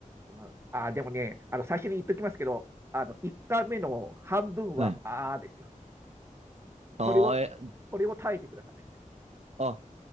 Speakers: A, on the right; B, on the right.
A: うん、あ、でもね、あの、最初に言っときますけど、あの、1回目の半分は、
B: はい。
A: あーですよ。
B: ああ、
A: それを、
B: え、
A: それを耐えてください。
B: あ、